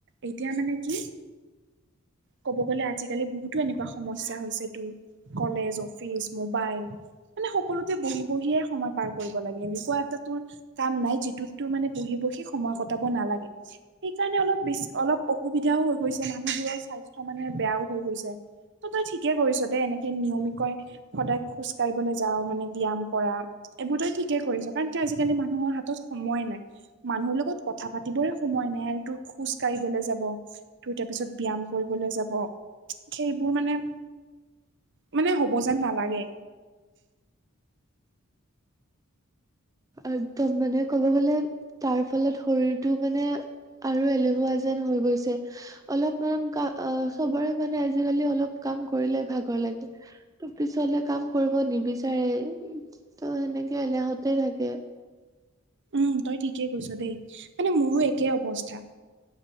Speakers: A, on the right; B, on the right.
A: এতিয়া মানে কি ক'ব গ'লে আজিকালি বহুতো এনেকুৱা সমস্যা হৈছে তো। কলেজ, অফিচ, মোবাইল মানে সকলোতে বহি বহিয়ে সময় পাৰ কৰিব লাগে, এনেকুৱা এটা তোৰ কাম নাই, যিটোততো মানে বহি বহি সময় কটাব নালাগে। সেইকাৰণে অলপ বেছি অলপ অসুবিধাওঁ হৈ গৈছে মানুহবোৰৰ স্বাস্থ্য মানে বেয়াওঁ হৈ গৈছে। ত তই ঠিকে কৰিছ দে এনেকে নিয়মিক কয় সদায় খোজ কাঢ়িবলৈ যাওঁ মানে ব্যায়াম কৰা। এইবোৰ তই ঠিকে কৰিছ কাৰণ কিয় আজিকালি মানুহৰ হাতত সময় নাই, মানুহৰ লগত কথা পাতিবৰে সময় নাই আৰু তো খোজ কাঢ়িবলৈ যাব। তোৰ তাৰ পিছত ব্যায়াম কৰিবলৈ যাব, সেইবোৰ মানে মানে হ'ব যেন নালাগে।
B: একদম মানে ক'ব গ'লে তাৰ ফলত শৰীৰটো মানে আৰু এলেহুৱা যেন হৈ গৈছে। অলপ মান কা আ চবৰে মানে আজিকালি অলপ কাম কৰিলে ভাগৰ লাগে। ত পিছলে কাম কৰিব নিবিচাৰে ত সেনেকে এলোহতে থাক কে।
A: উম তই ঠিকে কৈছ দেই, মানে মোৰো একে অৱস্থা।